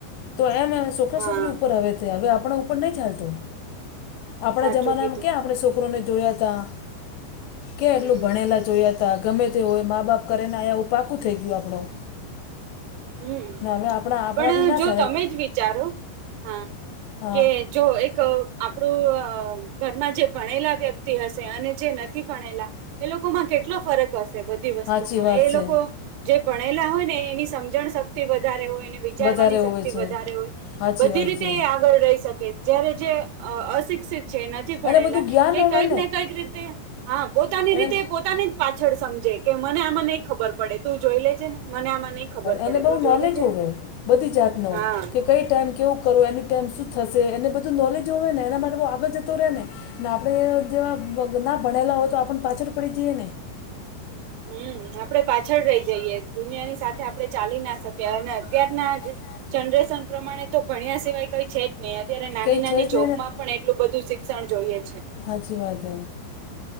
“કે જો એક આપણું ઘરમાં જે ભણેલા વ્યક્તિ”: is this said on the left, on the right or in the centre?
Right